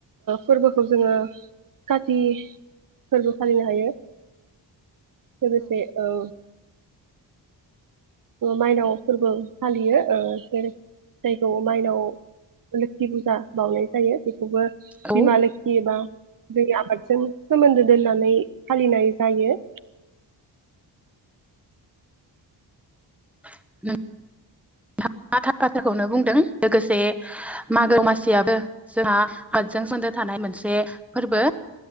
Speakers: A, on the right; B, in the centre.
A: फोरबोखौ जोङो कति फोरबो फालिनो हायो। गो लोगोसे औ। माइनाव फोरबो फालियो जेरै जायखौ माइनाव लोखि फुजा बावनाय जायो बेखौबो
B: औ
A: बिमा लखियोबा दै आबादजों सोमोन्दो दोननानै फालिनाय जायो।
B: <unintelligible> थार बाथ्राखौनो बुंदों लोगोसे मागो मासियाबो जोंहा हादजों सदो थानाय मोनसे फोरबो